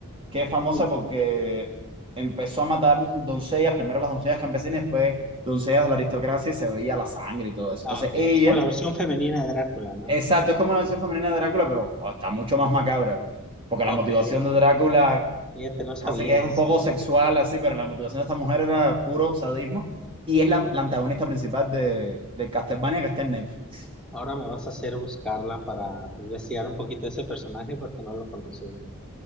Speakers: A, on the right; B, in the centre.
A: que es famosa
B: es como-
A: porque empezó a matar doncellas, primero las doncellas campesinas, después doncellas de la aristocracia y se veía la sangre y todo eso.
B: ah,
A: Entonces
B: ok,
A: ella,
B: es como la versión femenina de Drácula, ¿no?
A: exacto, es como una versión femenina de Drácula, pero oh, está mucho más macabra, porque
B: Ok,
A: la motivación de Drácula
B: fíjate, no sabía
A: casi que es
B: eso.
A: un poco sexual así, pero la motivación de esta mujer era puro sadismo y es la, la antagonista principal de, de Castlevania que está en Netflix.
B: Ahora me vas a hacer buscarla para investigar un poquito ese personaje porque no lo conocía.